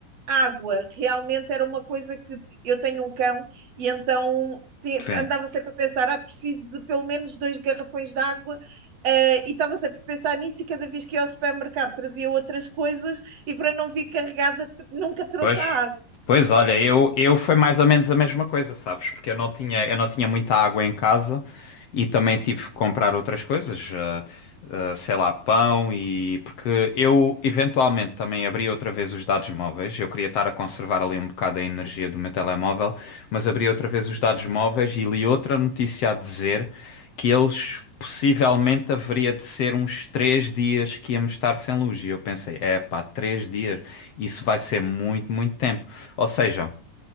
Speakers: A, on the right; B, on the left.
A: água. Realmente era uma coisa que ti- eu tenho um cão e então te-
B: Sim.
A: andava sempre a pensar, ah, preciso de pelo menos dois garrafões de água. eh, e estava sempre a pensar nisso e cada vez que ia ao supermercado trazia outras coisas e para não vir carregada t- nunca trouxe
B: Pois,
A: a água,
B: pois olha, eu, eu foi mais ou menos a mesma coisa, sabes? Porque eu não tinha, eu não tinha muita água em casa e também tive que comprar outras coisas, ah, ah, sei lá, pão e... Porque eu eventualmente também abri outra vez os dados móveis, eu queria estar a conservar ali um bocado a energia do meu telemóvel mas abri outra vez os dados móveis e li outra notícia a dizer que eles possivelmente haveria de ser uns três dias que íamos estar sem luz. E eu pensei, é pá, três dias, isso vai ser muito, muito tempo. Ou seja,